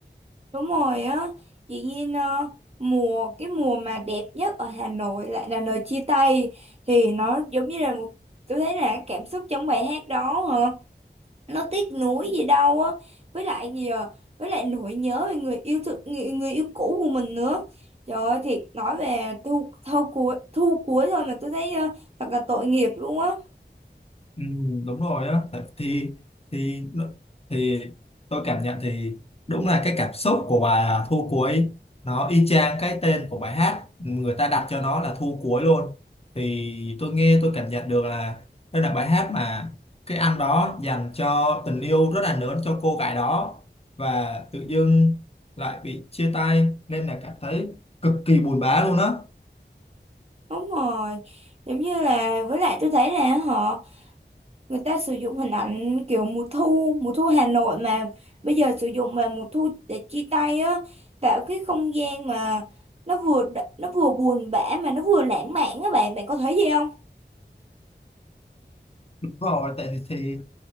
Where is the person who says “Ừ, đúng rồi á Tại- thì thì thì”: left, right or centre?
Left